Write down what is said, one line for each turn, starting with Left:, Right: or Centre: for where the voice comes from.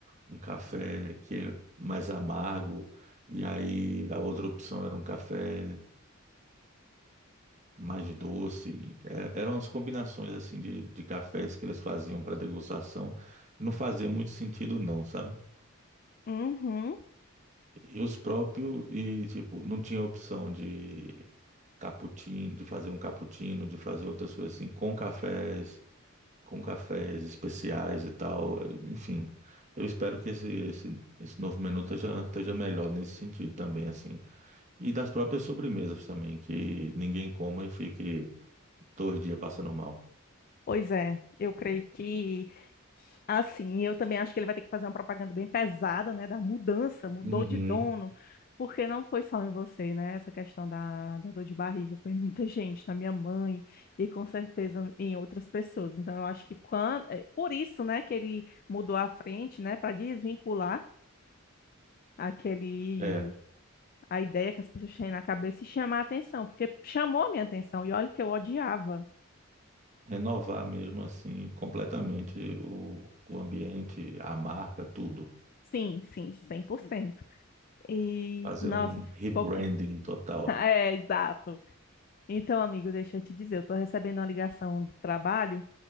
Right: um café que é mais amargo, e aí a outra opção era um café mais doce. É, eram as combinações assim de, de cafés que eles faziam para degustação, que não fazia muito sentido não, sabe?
Left: Uhum.
Right: E os próprios, e tipo, não tinha opção de cappuccino, de fazer um cappuccino, de fazer outras coisas assim, com cafés com cafés especiais e tal. Enfim, eu espero que esse, esse, esse novo menu esteja, esteja melhor nesse sentido também, assim. E das próprias sobremesas também, que ninguém coma e fique dois dias passando mal.
Left: Pois é, eu creio que Assim, eu também acho que ele vai ter que fazer uma propaganda bem pesada, né, da mudança, mudou
Right: Uhum.
Left: de dono, porque não foi só em você, né, essa questão da, da dor de barriga, foi em muita gente, na minha mãe e com certeza em outras pessoas. Então, eu acho que quando, é por isso, né, que ele mudou a frente, né, para desvincular aquele
Right: É,
Left: a ideia que as pessoas têm na cabeça e chamar a atenção, porque chamou a minha atenção e olha que eu odiava.
Right: renovar mesmo assim completamente o, o ambiente, a marca, tudo.
Left: Sim, sim, cem por cento E,
Right: Fazer
Left: nossa,
Right: um
Left: ficou
Right: rebranding total.
Left: <laughs> é, exato. Então, amigo, deixa eu te dizer, eu tô recebendo uma ligação do trabalho,